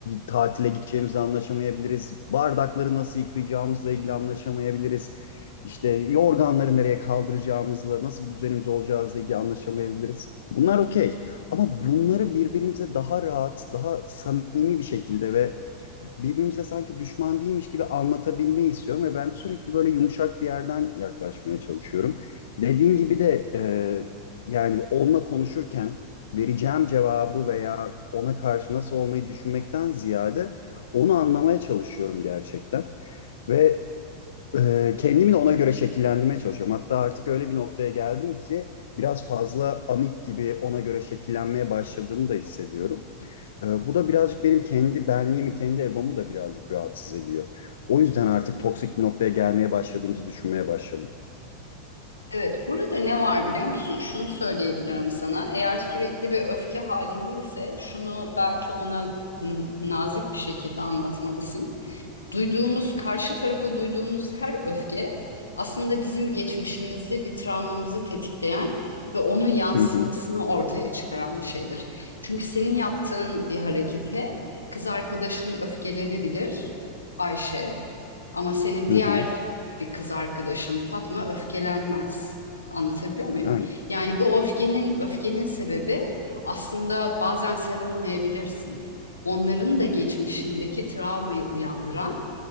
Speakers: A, on the left; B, on the left.
A: tatile gideceğimizle anlaşamayabiliriz. Bardakları nasıl yıkayacağımızla ilgili anlaşamayabiliriz. İşte yorganları nereye kaldıracağımızla, nasıl bir düzenimiz olacağımızla ilgili anlaşamayabiliriz. Bunlar okey. Ama bunları birbirimize daha rahat, daha samimi bir şekilde ve birbirimize sanki düşman değilmiş gibi anlatabilmeyi istiyorum ve ben sürekli böyle yumuşak bir yerden yaklaşmaya çalışıyorum. Dediğin gibi de e, yani onunla konuşurken vereceğim cevabı veya ona karşı nasıl olmayı düşünmekten ziyade onu anlamaya çalışıyorum gerçekten. Ve e, kendimi de ona göre şekillendirmeye çalışıyorum. Hatta artık öyle bir noktaya geldim ki biraz fazla amip gibi ona göre şekillenmeye başladığımı da hissediyorum. Ee, bu da birazcık benim kendi benliğimi, kendi egomu da birazcık rahatsız ediyor. O yüzden artık toksik bir noktaya gelmeye başladığımızı düşünmeye başladım.
B: Evet, burada ne var biliyor musun? Şunu söyleyebilirim sana. Eğer sürekli bir öfke halindeyse şunu belki ona m, nazik bir şekilde anlatmalısın. duyduğumuz, karşı tarafa duyduğumuz her öfke aslında bizim geçmişimizi, bir travmamızı tetikleyen ve onun yansımasını
A: Hı hı,
B: ortaya çıkaran bir şeydir. Çünkü senin yaptığın bir harekete kız arkadaşın öfkelenebilir, Ayşe, ama senin
A: hı
B: diğer
A: hı,
B: bir kız arkadaşın Fatma öfkelenmez. Anlatabiliyor muyum?
A: aynen.
B: Yani bu öfkenin öfkenin sebebi aslında bazen sen olmayabilirsin. Onların da geçmişindeki travmayı uyandıran